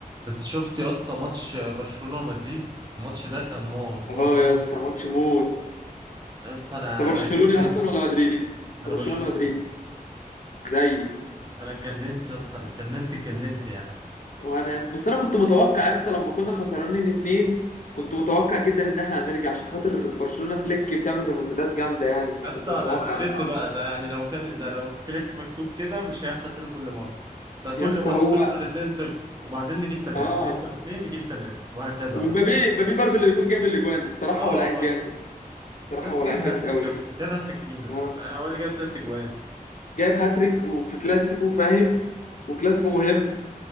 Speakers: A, on the right; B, on the left.
A: بس شفت يا اسطى ماتش برشلونة ومدريد الماتش ده كان نار نار
B: اه
A: نار
B: يا اسطى ماتش موت
A: يا اسطى انا
B: انت برشلوني
A: انا اتجننت
B: اصلا ولا مدريدي انت
A: انا
B: برشلوني
A: برشلونة
B: ولا مدريدي زيي
A: انا اتجننت يا اسطى انا اتجننت اتجننت يعني
B: وانا يا اسطى بس انا كنت متوقع يا اسطى لما كنا خسرانين اتنين كنت متوقع جدا ان احنا هنرجع عشان خاطر برشلونة فليك بتعمل ريمونتادات جامده يعني فكنت
A: يا اسطى
B: متوقع
A: ده سكريبت
B: ده
A: بقى ده يعني لو كان ده لو سكريبت مكتوب كده مش هيحصل كده كل مرة ده كل
B: يا اسطى
A: ماتش
B: هو
A: نخسر 2-0 وبعدين نجيب 3
B: اه
A: نخسر 2 نجيب 3 وهكذا
B: ومبابي
A: بقى
B: مبابي برضه اللي يكون جاب الاجوان الصراحه
A: اه
B: هو لعيب
A: برضه
B: جامد الصراحه
A: بس
B: هو لعيب
A: جاب هاتريك
B: جامد قوي
A: يا اسطى جاب هاتريك فينا
B: آه.
A: يعني هو اللي جاب التلات اجوان
B: جايب هاتريك وفي كلاسيكو فاهم وكلاسيكو مهم